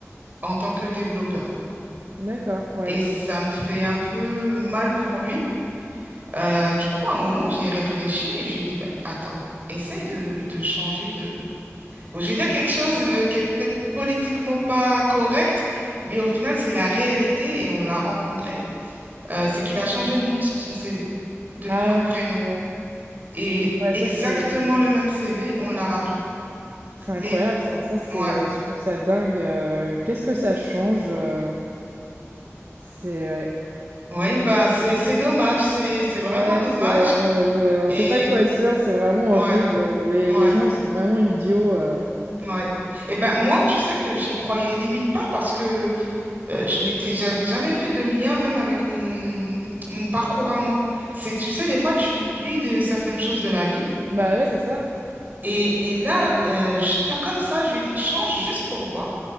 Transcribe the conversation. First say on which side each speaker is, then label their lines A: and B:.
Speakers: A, on the right; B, on the right.
A: en tant que développeur.
B: D'accord. Ouais.
A: Et ça me fait un peu mal pour lui. Euh, du coup, à un moment, j'ai réfléchi et j'ai dit, bah, attends, essaye de, de changer de... Bon, je vais dire quelque chose euh, qui est peut-être politiquement pas correct, mais au final, c'est la réalité et on l'a rencontré. Euh, c'est qu'il a changé de nom sur son CV, de
B: Ah
A: nom et
B: ouais.
A: prénom.
B: Ouais.
A: Et
B: Ouais,
A: exactement
B: ça c'est,
A: le même CV, on l'a rappelé.
B: c'est incroyable
A: Les...
B: ça. Ça c'est,
A: Ouais.
B: je trouve ça dingue. euh, Qu'est-ce que ça change? euh, C'est ouais.
A: Oui, bah, c'est, c'est dommage. C'est, c'est
B: Ouais,
A: vraiment dommage.
B: c'est, on, je-
A: Et
B: on sait pas quoi dire, c'est vraiment
A: ouais,
B: horrible. Les,
A: ouais,
B: les gens, ils sont vraiment idiots. euh.
A: ouais. Et ben moi, tu sais que j'y croyais limite pas parce que euh, je m'étais, j'avais jamais fait de lien même avec mon, mon parcours à moi. C'est, tu sais, des fois, tu oublies de certaines choses de la vie.
B: Bah ouais, c'est ça.
A: Et, et là, euh, je- tiens, comme ça, je lui ai dit, change juste pour voir.